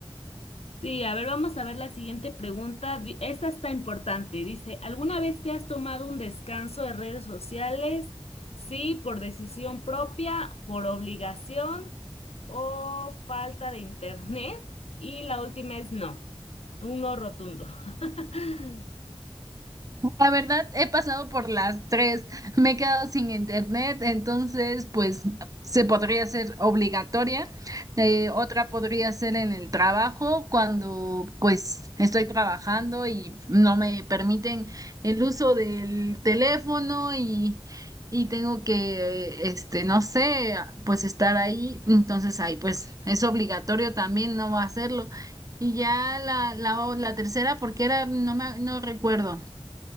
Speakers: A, on the left; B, on the right.
A: Sí, a ver, vamos a ver la siguiente pregunta. Di- Esta está importante. Dice, ¿alguna vez te has tomado un descanso de redes sociales? Sí, por decisión propia, por obligación o falta de internet. Y la última es no, un no rotundo. <laughs>
B: La verdad, he pasado por las tres. Me he quedado sin internet, entonces, pues, se podría ser obligatoria. Eh, otra podría ser en el trabajo, cuando, pues, estoy trabajando y no me permiten el uso del teléfono y, y tengo que, este, no sé, pues, estar ahí. Entonces, ahí, pues, es obligatorio también no hacerlo. Y ya la, la, la tercera, porque era, no me, no recuerdo.